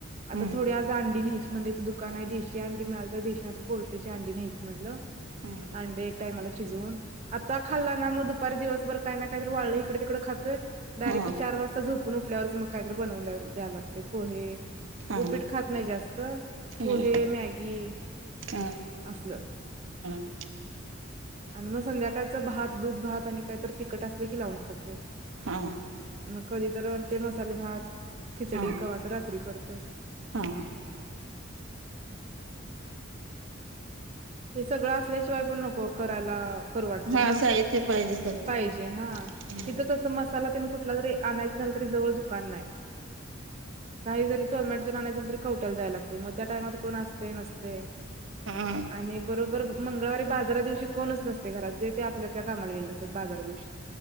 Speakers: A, on the right (about 30°); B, on the right (about 70°).
A: आता
B: हम्म
A: थोड्या जांडी न्यायच्या म्हण दुकान आहे दिीशी अंडी मिळाल तर दिीशी नाही त तर पोल्ट्री ची अंडी न्यायची म्हणटलं
B: हम्म
A: अंडे एक टाइमाला शिजवून आता खाल्ला ना मग दुपारी दिवसभर काय ना काहीत वाढलं इकडे तिकडं खातोय डायरेक्ट
B: हम्म हा
A: चार वाजता झोपून उठल्यावरच मग काहीत बनव द्या लागते पो हे
B: हा
A: उओपीट खात नाही जास्त
B: हम्म
A: पोहे मॅगी
B: हा
A: असलं
B: हा
A: आणि मग संध्याकाळच भात दूध भात आणि काहीतरी तिखट असले की लावून खातोय
B: हा
A: मग कधी तर ते मसाले भात खिचडी
B: हा
A: कवा्हा तर रात्री करतेो <inaudible>
B: हा हा
A: हे सगळं असल्याशिवाय पण नको करायला करू वाटते
B: हा
A: ना
B: साहथे पाहिजे सगळं
A: पाहिजे हा
B: हम्म
A: इिथं कस मसाला तन कुठला जरी आणायच झालं तरी जवळ दुकान नाही काही जरी तोय म य तरी कवट्याला जाय लागते मग त्या टाइमात कोण असते नसते
B: हा
A: आणि बरोबर मंगळवारी बाजारा दिवशी कोणच नसते घरात जे ते आपल्या आपल्या कामाला गेलेले असत बाजारा दिवशी